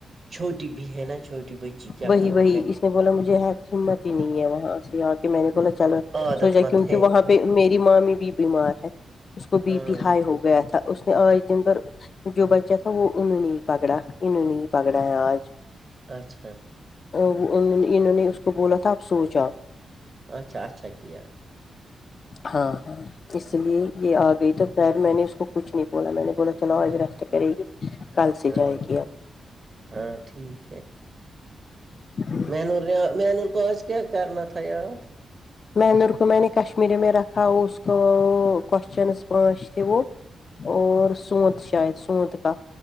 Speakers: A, on the right (about 45°); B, on the left (about 50°).
A: چھوٹی بھی ہے نا چھوٹی بچی کیا
B: وہی
A: کام
B: وہی
A: کرے
B: اس
A: گی
B: نے بولا مجھے ہمت ہی نہیں ہے وہاں سے آ کے میں نے بولا چل
A: عادت
B: سوچا
A: مت
B: کیونکہ
A: ہے ان
B: وہاں
A: کو
B: پہ میری مامی بھی بیمار ہے اس کو بی
A: ہاں
B: پی ہائی ہوگ گیا تھا اس نے آج دن بھر جو بچہ تھا وہ انہوں نے پکڑا انہوں نے پکڑا ہے آج
A: اچھا
B: انہوں نے اس کو بولا تھا اب سوجاو
A: اچھا اچھا کیا
B: ہاں اس لیے یہ آ گئی تو خیر میں نے اس کو کچھ نہیں بولا میں نے بولا چلو ایج ریسٹ کرے گی کل سے
A: ہاں
B: جائے گی
A: ہاں ٹھیک ہے
B: ہاں
A: مینور مینور کو کیا کرنا تھایاد
B: مینر کو میں نے کشمیری میں رکھا اس کو کوشچن پانچ تھے وہ اور سوت شاید سوت کا